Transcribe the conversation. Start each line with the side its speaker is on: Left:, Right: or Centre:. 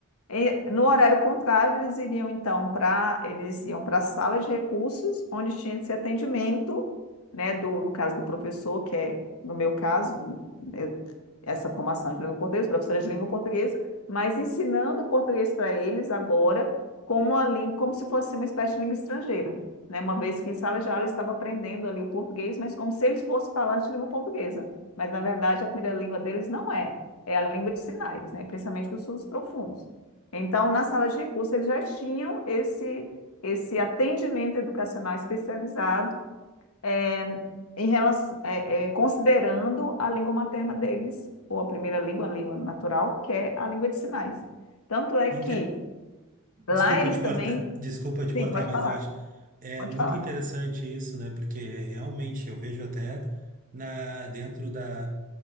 Left: e no horário contrário, eles iriam então para eles iam para a sala de recursos, onde tinha esse atendimento, né, do, no caso do professor, que é, no meu caso, eu- essa formação de língua portuguesa, professora de língua portuguesa, mas ensinando o português para eles agora como a língua, como se fosse uma espécie de língua estrangeira, né? Uma vez que em sala de aula eles estavam aprendendo ali o português, mas como se eles fossem falantes de língua portuguesa. Mas na verdade a primeira língua deles não é, é a língua de sinais, né? Principalmente dos sul profundos. Então, na sala de recurso, eles já tinham esse, esse atendimento educacional especializado é, em relação, é, é, considerando a língua materna deles, ou a primeira língua, a língua natural, que é a língua de sinais. Tanto é
Right: Que
Left: que lá
Right: Desculpa
Left: eles
Right: te cortar,
Left: também.
Right: desculpa te cortar,
Left: Sim, pode
Right: mas
Left: falar,
Right: eu acho é
Left: pode
Right: muito
Left: falar.
Right: interessante isso, né? Porque realmente eu vejo até na dentro da,